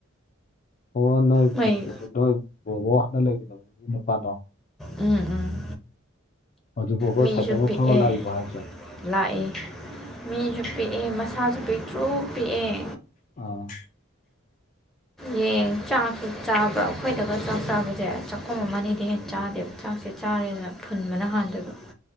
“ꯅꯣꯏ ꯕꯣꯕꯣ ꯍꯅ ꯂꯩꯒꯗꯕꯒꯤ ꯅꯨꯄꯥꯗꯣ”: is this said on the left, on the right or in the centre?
Left